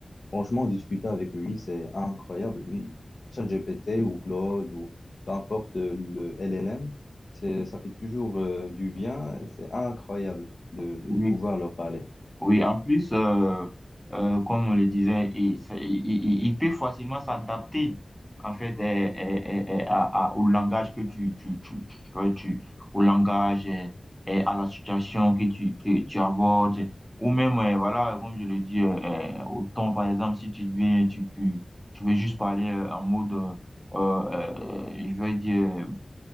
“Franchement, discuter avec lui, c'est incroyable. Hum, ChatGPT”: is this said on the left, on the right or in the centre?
Left